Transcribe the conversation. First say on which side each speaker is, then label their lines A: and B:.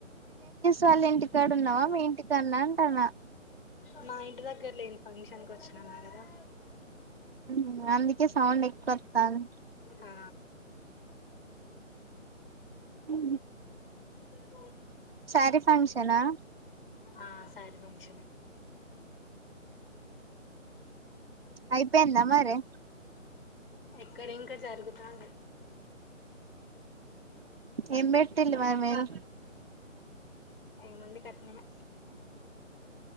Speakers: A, on the right (about 50°); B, on the left (about 45°).
A: వాళ్ళింటికాడున్నావా మీ ఇంటి కాడ నా అంటానా
B: మా ఇంటి దగ్గరలేను ఫంక్షన్ కొచ్చినాం కదా
A: ఊహూ అందుక్ కే సౌండ్ ఎక్కువొత్తాంది
B: ఆ
A: హ
B: సరే
A: శారి ఫంక్షనా
B: ఆ శారి ఫంక్షనే
A: అయిపోయిందా మరి
B: ఎక్కడ ఇంకా జరుగుతాంది
A: ఏం పెట్టిండు మరి మీరు
B: ఏముంది కట్నమే